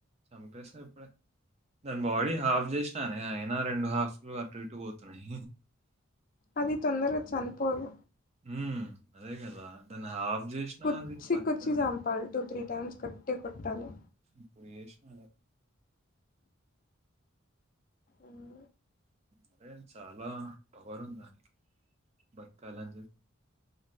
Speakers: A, on the right; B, on the left.
A: చంపేస్తా ఇప్పుడే దాని బాడీ హాఫ్ చేసినానే అయినా రెండు హాఫ్ ఇ అట విటు పోతున్నాయి
B: అది తొందరగా చనిపోదు
A: ఉ అదే కదా దాన్ని హాఫ్ చేసినా
B: కుచ్చి
A: అది బతికే
B: కుచ్చి
A: ఉంది
B: చంపాలి టూ త్రీ టైమ్స్ కట్టి కొట్టాలి
A: ఇప్పుడు జేసినా అదే
B: ఉమ్,
A: అరే చాలా పవరుందా బక్ాలజ